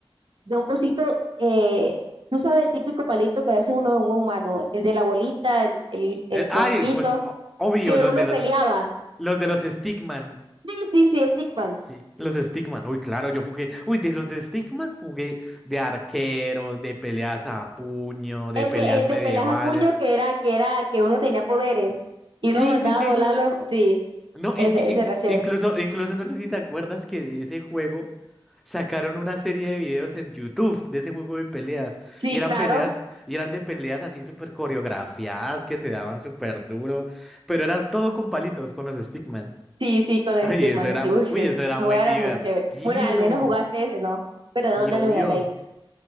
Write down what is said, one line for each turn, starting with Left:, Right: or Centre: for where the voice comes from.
Right: de un cosito, eh, tú sabes el típico palito que hace uno un humano, el de la bolita, el, el, el
Centre: eh,
Right: tronquito,
Centre: ay, pues, o- obvio,
Right: que
Centre: los
Right: uno
Centre: de los...
Right: peleaba.
Centre: Los de los Stickman.
Right: Sí, sí, sí, Stickman.
Centre: Sí. Los Stickman. Uy, claro, yo jugué. Uy, de los de Stickman jugué de arqueros, de peleas a puño, de
Right: El
Centre: peleas
Right: de, el
Centre: medievales.
Right: de pelaja a puño que era, que era, que uno tenía poderes y
Centre: Sí,
Right: uno mandaba
Centre: sí, sí.
Right: a volarlo. Sí,
Centre: No, es
Right: ese,
Centre: que inclu-
Right: ese era chévere.
Centre: incluso, incluso no sé si te acuerdas que de ese juego sacaron una serie de videos en YouTube de ese juego de peleas.
Right: Sí,
Centre: Y eran
Right: claro.
Centre: peleas, y eran de peleas así súper coreografiadas que se daban súper duro. Pero era todo con palitos, con los Stickman.
Right: Sí, sí,
Centre: <laughs>
Right: con los
Centre: Ay,
Right: Stickman,
Centre: eso era
Right: sí,
Centre: muy,
Right: uy, sí,
Centre: uy, eso
Right: sí,
Centre: era
Right: ese
Centre: muy
Right: juego era
Centre: divertido.
Right: muy chévere. Bueno, al menos jugaste ese, ¿no? Pero no
Centre: Y
Right: el de
Centre: obvio.
Right: los heladitos.